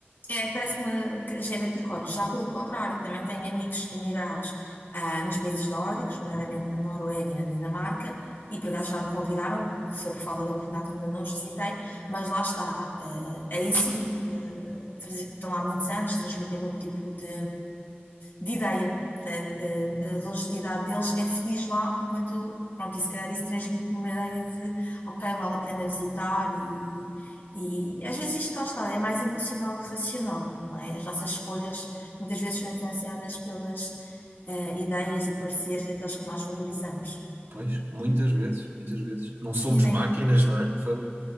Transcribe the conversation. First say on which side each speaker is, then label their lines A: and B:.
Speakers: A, on the left; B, on the right.
A: É, parece que me que gera anticorpos. Já pelo contrário, também tenho amigos imigrados ah, nos países nórdicos, nomeadamente na Noruega e na Dinamarca, e por acaso já me convidaram, foi por falta de oportunidade que ainda não os visitei, mas lá está. eh, aí sim, eh, trans- estão lá há muitos anos, transmitem muito tipo de, de ideia. Eh, eh, a longevidade deles é feliz lá, enquanto, pronto, e se calhar isso transmite-me uma ideia de, ok, vale a pena visitar e às vezes isto lá está, é mais emocional que racional, não é? As nossas escolhas muitas vezes são influenciadas pelas eh, ideias e pareceres daqueles que nós valorizamos.
B: Pois, muitas vezes, muitas vezes. Não somos
A: E nem.
B: máquinas, não é? Fogo.